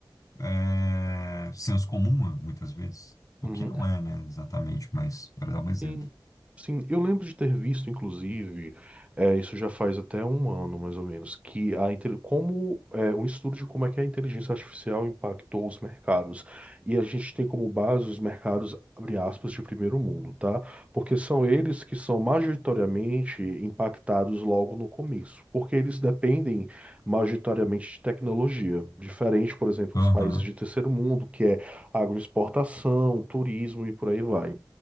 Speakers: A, on the left; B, on the right.
A: é, senso comum, muitas vezes.
B: uhum.
A: O que não é, né? Exatamente, mas para dar um exemplo.
B: Sim, sim, eu lembro de ter visto, inclusive, é, isso já faz até um ano, mais ou menos, que a, intel- como é, um estudo de como é que a inteligência artificial impactou os mercados. E a gente tem como base os mercados, abre aspas, de primeiro mundo, tá? Porque são eles que são majoritariamente impactados logo no começo, porque eles dependem majoritariamente de tecnologia, diferente, por exemplo,
A: Aham,
B: dos países de terceiro mundo, que é agroexportação, turismo e por aí vai.